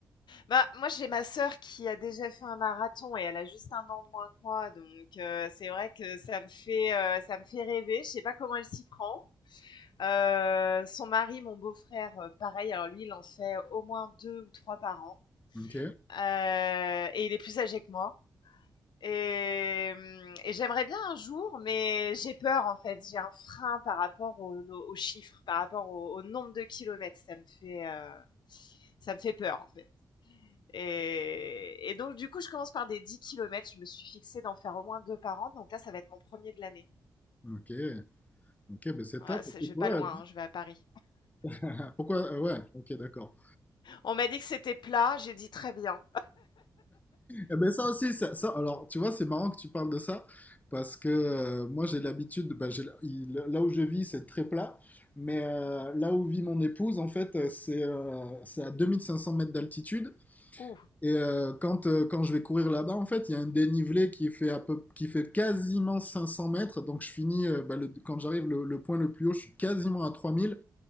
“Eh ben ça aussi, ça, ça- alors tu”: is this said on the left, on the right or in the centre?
Left